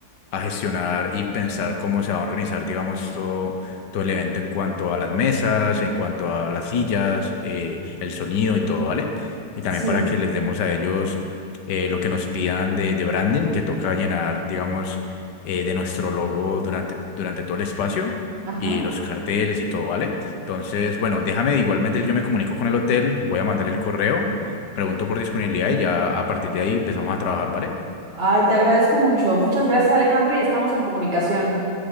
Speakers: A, on the left (about 65°); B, on the right (about 35°).
A: a gestionar y pensar cómo se va a organizar, digamos, todo, todo el evento en cuanto a las mesas, en cuanto a las sillas, eh, el sonido y todo, ¿vale? Y también
B: Sí,
A: para que les demos a ellos eh, lo que nos pidan de, de branding, que toca llenar, digamos, eh, de nuestro logo durante, durante todo el espacio.
B: Ajá.
A: Y los carteles y todo, ¿vale? Entonces, bueno, déjame, igualmente yo me comunico con el hotel, voy a mandar el correo, pregunto por disponibilidad y ya a partir de ahí empezamos a trabajar, ¿vale?
B: Ay, te agradezco mucho. Muchas gracias, Alejandro, y estamos en comunicación.